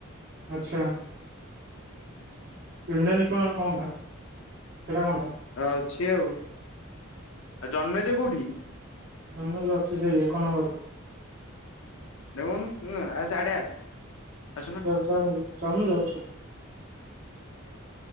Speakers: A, on the right; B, on the left.
A: ଆଛା ଇଣ୍ଡିଆନ୍ ଇକୋନୋମି କଣ ବା ସେଟା କଣ ଟା?
B: ଅଛି ଆଉ ଆଉ ଜନ୍ମିଜ କୋଉଠି?
A: ଜନ୍ମିଜ ଅଛି ସେଇ ଏକ ନମ୍ବର
B: ଦେଉନୁ ହୁଁ <unintelligible> ଆସ
A: ତୁ ଚାଲନୁ ଚାଲୁନୁ ଯାଉଚି ଜା।